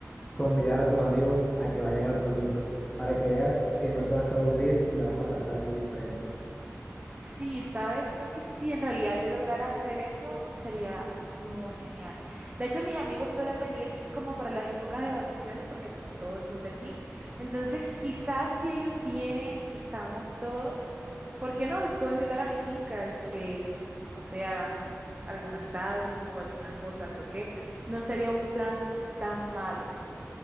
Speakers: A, on the left; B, on the right.
A: convidar a tus amigos a que vayan al pueblito para que veas que no te vas a aburrir y la vas a pasar muy diferente.
B: Sí, sabes, creo que si en realidad yo lograra hacer eso, sería muy genial. De hecho, mis amigos suelen venir como para las épocas de vacaciones, porque pues todos son de aquí. Entonces, quizás si ellos vienen y estamos todos, ¿por qué no los puedo invitar a mi finca y que, no sé, hagamos algún asado o alguna cosa? Creo que no sería un plan tan malo.